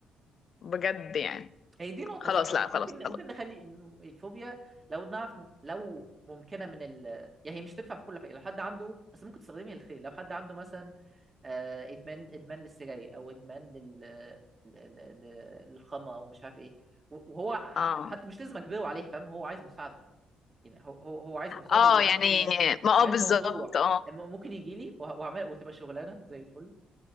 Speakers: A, on the left (about 50°); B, on the right (about 30°).
A: بجد يعني
B: هي دي نقطه
A: خلاص
B: صح
A: لا
B: ممكن
A: خلاص خلاص
B: ممكن نخلي انه الفوبيا لو نعرف لو ممكنه من ال يعني هي مش تنفع في كل حاجه لو حد عنده بس ممكن تستخدمي الخير لو حد عنده مثلا آه، ادمان ادمان للسجاير او ادمان لل لل- لل- للخمره ومش عارف ايه وهو ح-
A: اه
B: حتى مش لازم اجبره عليه فاهم هو عايز مساعده يعني هو هو هو عايز مساعده
A: اه
B: وبيعاني
A: يعني
B: من المو...
A: ما
B: وعايز
A: اه بالظبط
B: الموضوع
A: اه
B: الم- ممكن يجي لي وه- وهعمل وتبقى شغلانه زي الفل